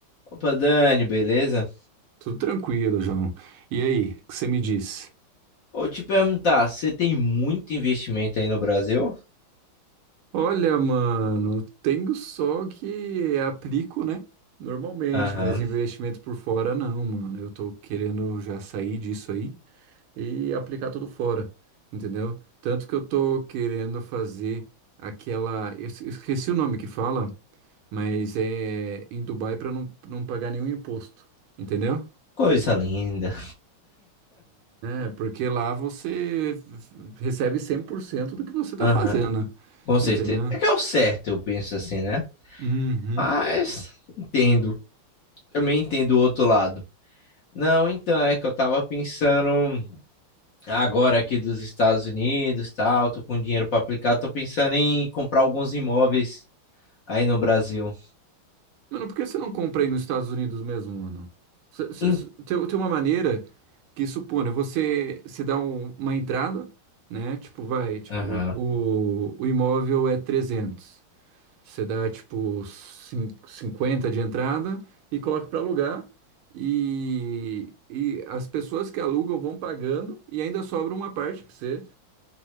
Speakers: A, on the left (about 55°); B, on the right (about 80°).
A: Opa, Dani, beleza?
B: Tudo tranquilo, João. E aí, o que você me disse?
A: Vou te perguntar, você tem muito investimento aí no Brasil?
B: Olha, mano, tenho só que aplico, né? Normalmente,
A: Aham.
B: mas investimento por fora não, mano. Eu tô querendo já sair disso aí e aplicar tudo fora, entendeu? Tanto que eu tô querendo fazer aquela. eu esque- Esqueci o nome que fala, mas é em Dubai pra não, não pagar nenhum imposto, entendeu?
A: Coisa linda.
B: É, porque lá você recebe 100% do que você tá
A: Aham.
B: fazendo,
A: Com certeza.
B: entendeu?
A: É que é o certo, eu penso assim, né?
B: Uhum.
A: Mas entendo. Também entendo o outro lado. Não, então é que eu tava pensando agora aqui dos Estados Unidos, tal, tô com dinheiro para aplicar, tô pensando em comprar alguns imóveis aí no Brasil.
B: Mano, por que você não compra aí nos Estados Unidos mesmo, mano? Cê- cê-
A: Em-
B: cê- Tem, tem uma maneira que supõe, você, você dá um- uma entrada, né? Tipo, vai, tipo,
A: Aham.
B: o, o imóvel é 300. Você dá tipo cin- 50 de entrada e coloca para alugar. E, e as pessoas que alugam vão pagando e ainda sobra uma parte para você,